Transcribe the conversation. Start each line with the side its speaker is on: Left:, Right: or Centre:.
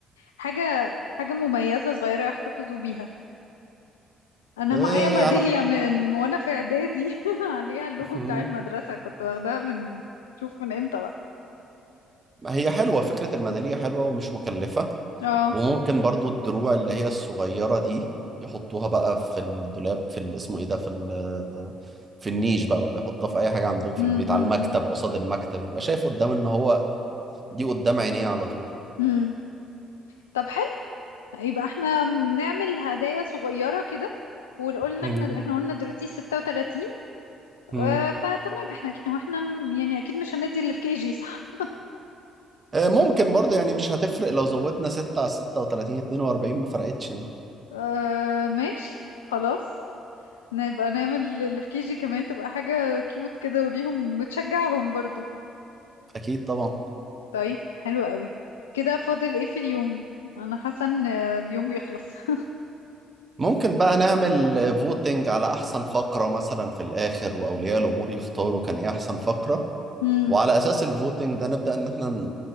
Left: حاجة حاجة مميزة صغيرة يحتفظوا بيها انا
Right: إيه
Left: معايا ميداليه
Right: على
Left: من وانا في اعدادي <laughs> عليها اللوجو
Right: <laughs> مم.
Left: بتاع المدرسه كنت واخداها من شوف من امتى بقى
Right: هي حلوة فكرة الميدالية حلوة ومش مكلفة
Left: اه
Right: وممكن برضو الدروع اللي هي الصغيرة دي يحطوها بقى في الدولاب في ال- اسمه ايه ده في ال- في النيش بقى ولا يحطها في اي حاجه عندهم في
Left: امم
Right: البيت على المكتب قصاد المكتب يبقى شايف قدام ان هو دي قدام عينيه على طول
Left: امم طب حلو يبقى احنا نعمل هدايا صغيره كده وقلنا
Right: مم.
Left: احنا احنا قلنا دلوقتي 36
Right: مم.
Left: آه فتمام احنا ك- هو احنا م- يعني اكيد مش هندي اللي في كي جي صح
Right: آه، ممكن برضه يعني مش هتفرق لو زودنا 6 على 36 42 ما فرقتش يعني
Left: آه ماشي خلاص نبقى نعمل اللي في كي جي كمان تبقى حاجه كيوت كده وليهم وتشجعهم برضو
Right: اكيد طبعا
Left: طيب حلو قوي كده فاضل ايه في اليوم انا حاسه ان اليوم بيخلص <laughs>
Right: ممكن بقى نعمل فوتنج على احسن فقرة مثلا في الاخر واولياء الامور يختاروا كان ايه احسن فقرة
Left: امم
Right: وعلى اساس الفوتنج ده نبدأ ان احنا ن-